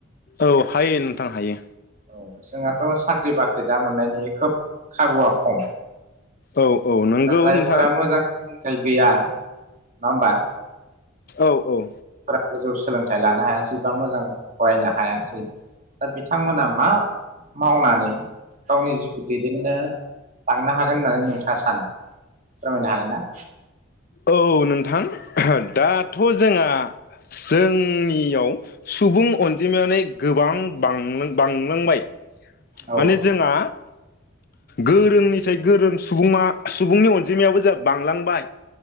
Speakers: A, on the left; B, on the right.
A: औ हायो नोंथां हायो
B: औ जोंहा थ साख्रि बाख्रि दा मोननायनि खोब खाबुआ खम
A: औ औ नोंगौ
B: दा जायफोरा
A: नोंथां
B: मोजां सोलोंथाइ गैया नङा होमबा
A: औ औ
B: फोरा गोजौ सोलोंथाइ लानो हायासै बा मोजां फरायनो हायासै दा बिथांमोना मा मावनानै गावनि जिउखौ दैदेननो लांनो हागोन होननानै नोंथाङा सानो फोरमायनो हागोन ना
A: औ औ नोंथां दाथ जोंहा जोंनियाव सुबुं अनजिमानो गोबां बांनो बांलांबाय
B: औ
A: माने जोंहा गोरोंनिसाय गोरों सुबुङा सुबुंनि अनजिमायाबो जोंहा बांलांबाय।